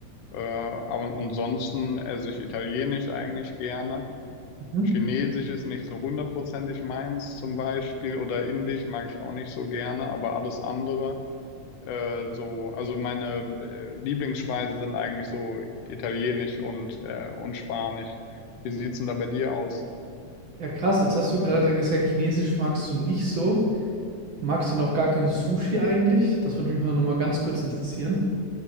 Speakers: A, on the left; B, on the right.
A: Äh, aber ansonsten esse ich Italienisch eigentlich gerne.
B: Mhm.
A: Chinesisch ist nicht so hundertprozentig meins zum Beispiel. Oder Indisch mag ich auch nicht so gerne. Aber alles andere, äh, so, also meine äh, Lieblingsspeisen sind eigentlich so Italienisch und, äh, und Spanisch. Wie sieht's denn da bei dir aus?
B: Ja, krass, jetzt hast du gerade gesagt, Chinesisch magst du nicht so. Magst du noch gar kein Sushi eigentlich? Das würde mich mal nochmal ganz kurz interessieren.